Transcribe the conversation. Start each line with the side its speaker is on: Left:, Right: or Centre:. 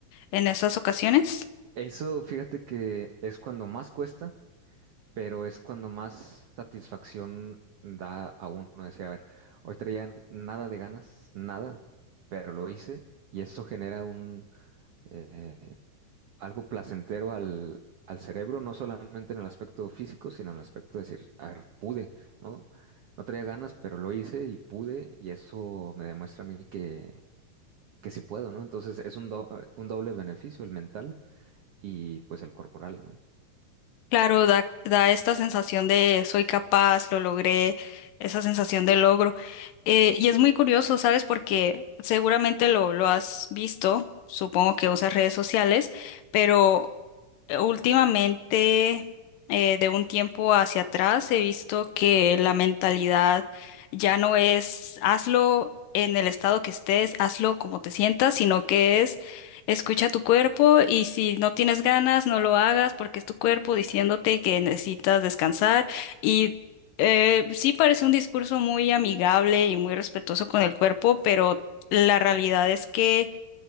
Left: en esas ocasiones.
Right: Eso, fíjate que es cuando más cuesta, pero es cuando más satisfacción da a uno decir, a ver, hoy traía nada de ganas, nada, pero lo hice y eso genera un... eh, algo placentero al, al cerebro, no solamente en el aspecto físico, sino en el aspecto de decir, a ver, pude, ¿no? No traía ganas, pero lo hice y pude, y eso me demuestra a mí que, que sí puedo, ¿no? Entonces es un, do- un doble beneficio, el mental y pues el corporal, ¿no?
Left: Claro, da, da esta sensación de soy capaz, lo logré, esa sensación de logro. Eh, y es muy curioso, ¿sabes? Porque seguramente lo, lo has visto, supongo que usas redes sociales, pero eh, Últimamente, eh, de un tiempo hacia atrás, he visto que la mentalidad ya no es hazlo en el estado que estés, hazlo como te sientas, sino que es escucha tu cuerpo y si no tienes ganas, no lo hagas porque es tu cuerpo diciéndote que necesitas descansar. Y eh, sí parece un discurso muy amigable y muy respetuoso con el cuerpo, pero la realidad es que